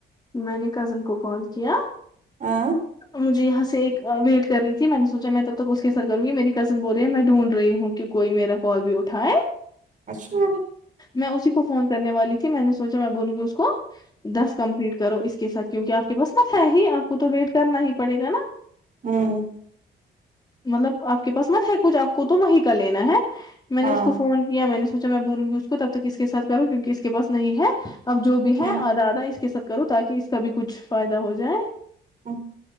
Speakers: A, on the left; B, on the right.
A: میں نے کزن کو کال کیا
B: آں
A: مجھے یہاں سے ایک ویٹ کر رہی تھی میں نے سوچا میں تب تک اس کی سر کرو گی میری کزن بول رہی ہے میں ڈھونڈ رہی ہوں کیوں کوئی میرا کال بھی اٹھائے
B: اچھا
A: میں اسی کو فون کرنے والی تھی میں نے سوچا میں بولوں گی اس کو دس کمپلیٹ کرو اس کے ساتھ کیونکہ آ پکے بس مت ہے ہی آپ کو تو ویٹ کرنا ہی پڑے گا نا
B: ہوں
A: مطلب آپ کے پاس مت ہے کچھ آپ کو تو وہیں کا لینا ہے میں نے
B: ہاں
A: اس کو فون کیا میں نے سوچا میں بولوں گی اس کو تب تک اس کے ساتھ کروں کیونکہ اس کے پاس نہیں ہے اب جو بھی
B: ہوں
A: ہے آدھا آدھا اس کے ساتھ کرو تا کہ اس کا بھی کچھ فائدہ ہو جائے
B: ہاں